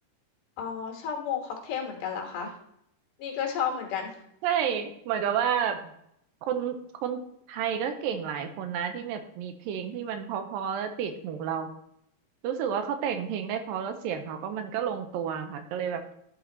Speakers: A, on the left; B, on the right.
A: อ๋อชอบวงค็อกเทลเหมือนกันเหรอคะ นี่ก็ชอบเหมือนกัน
B: ใช่เหมือนกับว่าคนคนไทยก็เก่งหลายคนนะที่แบบมีเพลงที่มันเพราะๆแล้วติดหูเรารู้สึกว่าเขาแต่งเพลงได้เพราะแล้วเสียงเขาก็มันก็ลงตัวค่ะก็เลยแบบ